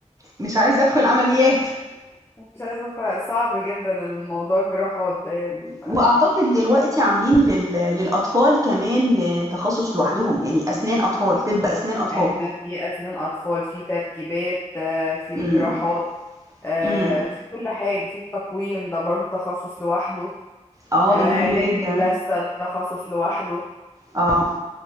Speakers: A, on the right (about 25°); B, on the left (about 20°).
A: مش عايزة ادخل عمليات
B: مش عايزة ادخل صعب جدا الموضوع الجراحات ده يعني ما-
A: واعتقد دلوقتي عاملين لل... للاطفال كمان آه، تخصص لوحدهم يعني اسنان اطفال طب اسنان اطفال
B: احنا في اسنان اطفال في تركيبات آه، في الجراحات
A: امم
B: آه،
A: امم
B: في كل حاجة في التقويم ده برضو تخصص لوحده
A: اه
B: آه،
A: ده مهم
B: علاج
A: جدا
B: اللثة ده تخصص لوحده
A: اه